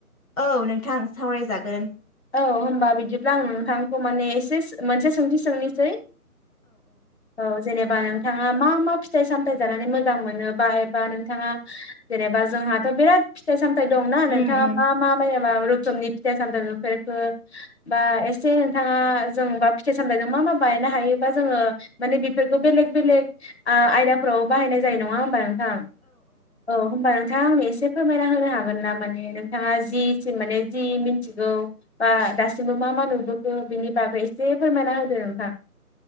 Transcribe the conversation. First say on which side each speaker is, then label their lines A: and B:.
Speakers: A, on the left; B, on the left.
A: औ नोंथां सावरायजागोन।
B: औ होनबा बिदिब्ला आं नोंथांखौ माने एसे मोनसे सोंथि सोंनोसै औ जेनेबा नों नोंथाङा मा मा फिथाइ सामथाइ जानानै मोजां मोनो बा एबा नोंथाङा जेनेबा जोंहाथ' बिराद फिथाइ सामथाय दं ना नोंथाङा
A: उम उम
B: मा मा मा रोखोमनि फिथाइ सामथाइ नुफेर खो बा एसे नोंथाङा जों बा फिथाइ सामथाइजों मा मा बानायनो हायोबा जोङो माने बेफोरखौ बेलेग बेलेग आ-आयदाफ्राव बाहायनाय जायो नङा होमबा नोंथां औ होमबा नोंथाङा आंनो एसे फोरमायना होनो हागोन ना माने नोंथाङा जिसिम माने जि मिथिगौ बा दासिमबो मा मा नुबोखो बिनि बागै एसे फोरमायना होदो नोंथां।